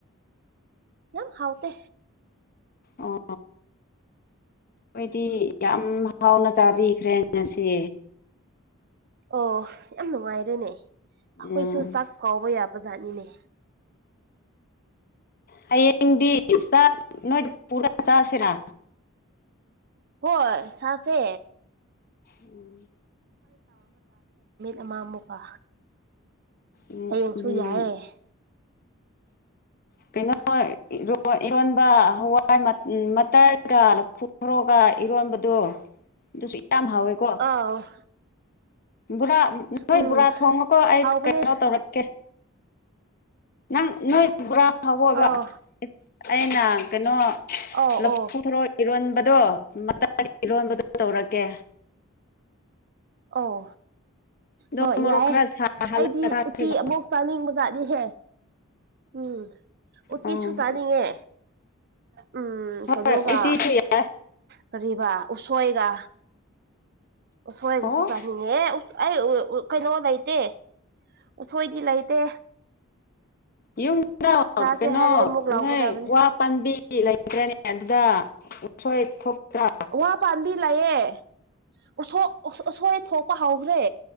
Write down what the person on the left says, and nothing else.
ꯑꯣ ꯑꯩꯗꯤ ꯌꯥꯝ ꯍꯥꯎꯅ ꯆꯥꯕꯤꯈ꯭ꯔꯦ ꯉꯁꯤ
ꯎꯝ
ꯍꯌꯦꯡꯗꯤ ꯆꯥꯛ ꯅꯣꯏꯗ ꯄꯨꯔ ꯆꯥꯁꯤꯔ
ꯎꯝ
ꯎꯝ
ꯎꯝ
ꯀꯩꯅꯣ ꯏꯔꯣꯟ ꯏꯔꯣꯟꯕ ꯍꯋꯥꯏ ꯃꯇꯠ ꯀ ꯂꯐꯨ ꯊꯔꯣꯒ ꯏꯔꯣꯟꯕꯗꯨ ꯑꯗꯨꯁꯨ ꯌꯥꯝ ꯍꯥꯎꯋꯦ ꯀꯣ
ꯕꯨꯔꯥ ꯅꯣꯏ
ꯕꯨꯔꯥ ꯊꯣꯡꯉꯨꯀꯣ ꯑꯩ
ꯀꯩꯅꯣ ꯇꯧꯔꯛꯀꯦ ꯅꯪ ꯅꯣꯏ ꯕꯣꯔꯥ ꯍꯧꯑꯣꯕ
ꯑꯩꯅ ꯀꯩꯅꯣ
ꯂꯐꯨ
ꯊꯔꯣ ꯏꯔꯣꯟꯕꯗꯣ ꯃꯇꯔ ꯏꯔꯣꯟꯕꯗꯣ ꯇꯧꯔꯛꯀꯦ
ꯑꯗꯣ
ꯃꯣꯔꯣꯛ
ꯈꯔ ꯁꯥꯍꯜꯂꯒ
ꯆꯥꯁꯤꯀꯣ
ꯎꯝ
ꯍꯣꯏ ꯎꯇꯤꯁꯨ ꯌꯥꯏ
ꯑꯣ
ꯌꯨꯝꯗ
ꯀꯩꯅꯣ
ꯅꯣꯏ ꯋꯥ ꯄꯥꯟꯕꯤ ꯂꯩꯇ꯭ꯔꯅꯦ ꯑꯗꯨꯗ ꯎꯁꯣꯏ ꯊꯣꯛꯇ꯭ꯔꯥ